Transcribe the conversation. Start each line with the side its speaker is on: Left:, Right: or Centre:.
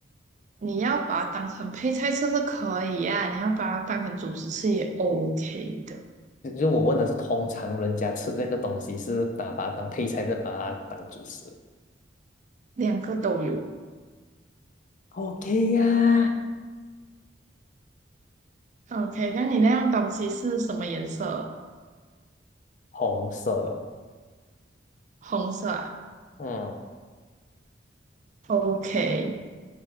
Right: 你要把它当成配菜吃是可以啊，你要把它当成主食吃也 OK 的，
Left: 就就我问的是，通常人家吃这个东西是把把它当配菜，还是把它当主食？
Right: 两个都有。
Left: OK 呀，
Right: OK，那你那样东西是什么颜色？
Left: 红色的。
Right: 红色啊
Left: 嗯，
Right: ？OK，